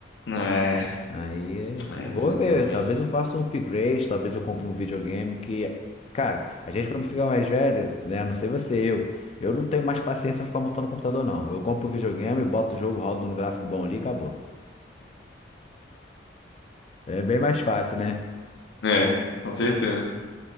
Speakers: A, on the left; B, on the left.
A: É,
B: Aí
A: é,
B: vou
A: exatamente.
B: ver. Talvez eu faça um upgrade, talvez eu compre um videogame que. Cara, a gente quando fica mais velho, né? Não sei você, eu. Eu não tenho mais paciência pra ficar montando computador, não. Eu compro o videogame, boto o jogo, rodo no gráfico bom ali e acabou. É bem mais fácil, né?
A: É, com certeza.